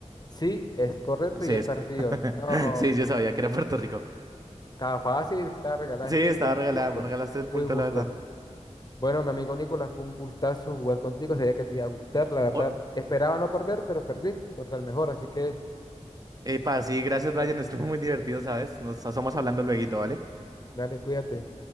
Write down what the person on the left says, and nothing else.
sí, es correcto
y
he perdido.
No,
estaba fácil, estaba regalada.
Es
que yo fui
justo,
fui justo.
Bueno, mi amigo Nicolás, fue un gustazo jugar contigo. Sabía que te iba a gustar, la verdad.
Esperaba no perder, pero perdí contra el mejor, así que
dale, cuídate.